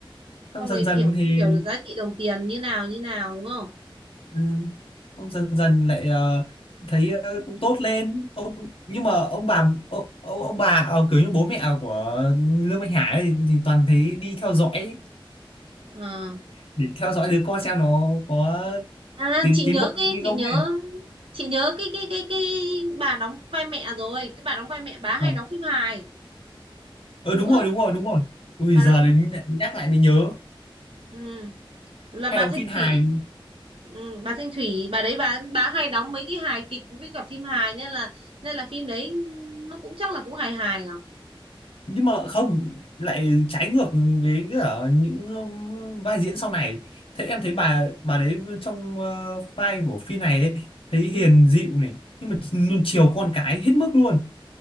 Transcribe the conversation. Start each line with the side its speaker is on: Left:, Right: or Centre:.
Left: xong
Right: xong
Left: dần
Right: rồi
Left: dần
Right: hiểu
Left: thì
Right: hiểu được giá trị đồng tiền như nào như nào đúng không
Left: ừ, xong dần dần lại ờ, thấy ờ, cũng tốt lên ông nhưng mà ông bà ông, ông, bà ờ, kiểu như bố mẹ của Lương Mạnh Hải ấy, thì toàn thấy đi theo dõi
Right: ờ
Left: để theo dõi đứa con xem nó có
Right: à
Left: tiến
Right: chị
Left: tiến
Right: nhớ
Left: bộ
Right: cái
Left: hay
Right: chị
Left: không
Right: nhớ
Left: ấy
Right: chị nhớ cái cái cái cái bà đóng vai mẹ rồi cái bà đóng vai mẹ bà hay
Left: ờ
Right: đóng phim hài
Left: ừ,
Right: đúng
Left: đúng rồi
Right: không
Left: đúng rồi đúng rồi ui
Right: bà
Left: giờ
Right: đóng
Left: đến nhắc lại mới nhớ
Right: ừ là
Left: hay
Right: bà
Left: đóng
Right: Thanh
Left: phim hài
Right: Thủy ừ, bà Thanh Thủy bà đấy bà bà hay đóng mấy cái hài kịch với cả phim hài nên là nên là phim đấy nó cũng chắc là cũng hài hài à
Left: nhưng mà không lại trái ngược với cả những um, vai diễn sau này thế em thấy bà bà đấy trong ờ, vai của phi này ấy, thấy hiền
Right: ừ.
Left: dịu này nhưng mà luôn chiều con cái hết mức luôn